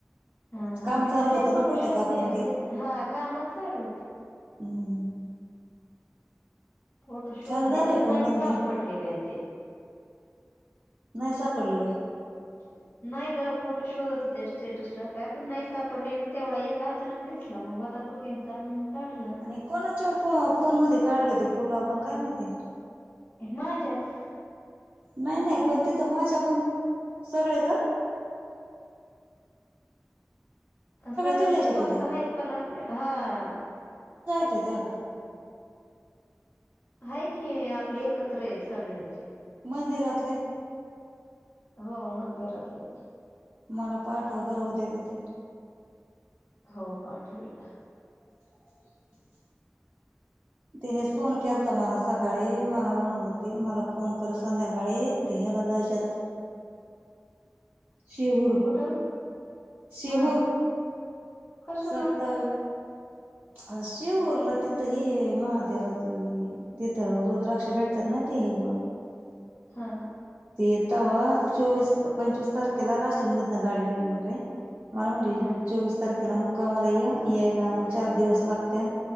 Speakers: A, on the left; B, on the right.
A: हा
B: काम
A: मी
B: चाललं
A: मला
B: होतं
A: फोटो
B: ना बहुतेक
A: शोधले
B: आपण
A: हा कामच चालू होत <inaudible>
B: होम <inaudible>
A: फोटो शोधले
B: छान झालंय
A: नाही
B: पण मंदिर
A: सापडले बाई ते.
B: नाही स <inaudible> पलवे <inaudible>
A: <inaudible> नाही का फोटो शोधत होते स्टेटस ट काय पण नाही सापडले आणि तेवढा आहे का अचानक दिसला मग आता दोघींचा मग टाकला
B: आणि कोणाच्या फ फोन मध्ये काढले होते. फोटो आपण काय माहिती.
A: माझच.
B: नाही नाही पण तेथ माझ्या पण सगळे का?
A: सगळे
B: तुझ्या
A: म्हणजे
B: हेच्यात
A: पाच,
B: होते
A: सहा आहेत पण आपल्या हा.
B: ते तु ह्या कड
A: हाय की आपले एकत्र आहेत सगळ्यांचे.
B: मंदिरातले?
A: हो मंदिरातलेच.
B: मला पाठवा बर उदय व बिद्या.
A: हो पाठवेल.
B: <inaudible> तिनेच फोन केलाता मला सकाळी, मला म्हणत होती मला फोन कर संध्याकाळी ते मला जायच्यात.
A: <inaudible>
B: शिहूर
A: कुठं
B: शिहूर
A: हा कशाला?
B: सात
A: <inaudible>
B: आ शिहूरला तिथं हे महादेवाच तिथं रुद्राक्ष भेटतात नाही ते तेण <unintelligible>
A: हा.
B: ते वा चोवीस, पंचवीस तारखेला राश चण बदन गाडी निघून जाईन मला म्हणली
A: हा
B: चोवीस तारीखेला मुक् कामला य यायला म चार दिवस लागत्या.